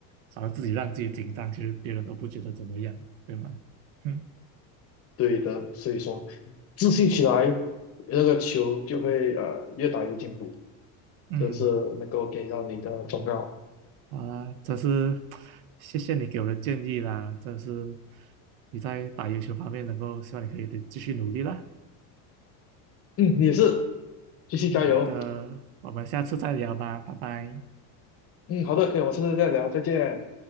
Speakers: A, on the right; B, on the left.
A: 反而自己让自己紧张，其实别人都不觉得怎么样，对吗？嗯
B: 对的，所以说自信起来，那个球就会呃越打越进步，
A: 嗯，
B: 这是能够给到你的忠告。
A: 好啦，这是谢谢你给我的建议啦，这是你在打游球方面能够，希望你可以得继续努力啦。
B: 嗯，你也是，继续加油。
A: 好的，我们下次再聊吧，拜拜。
B: 嗯，好的，可以，我们下次再聊，再见。